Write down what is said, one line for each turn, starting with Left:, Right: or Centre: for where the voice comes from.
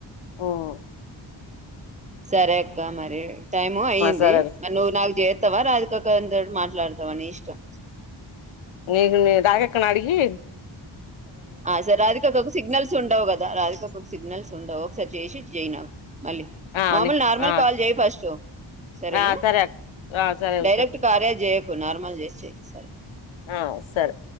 Left: ఉమ్
Right: సరే అక్క మరి టైము అయ్యింది
Left: సరే
Right: మ నువ్వు నాకు చేస్తావా రాజికక్కతో మా లాడుతవాని ఇష్టం
Left: నేను రాగక్కని అడిగీ
Right: ఆ సార్ రాధికాక్కకు సిగ్నల్స్ ఉండవు కదా రాధికాకు సిగ్నల్స్ ఉండవు ఒకసారి చేసి జై నా క్ మళ్ళీ
Left: ఆ
Right: మామూలు
Left: ని
Right: నార్మల్
Left: ఆ
Right: కాల్ చేయి ఫస్ట్ సరేనా
Left: ఆ సరే అక్క ఆ సరే
Right: డైరెక్ట్
Left: ఉషా
Right: కార్యచేయ నార్మల్ చేసి చేయి ఒకసారి
Left: ఆ సరే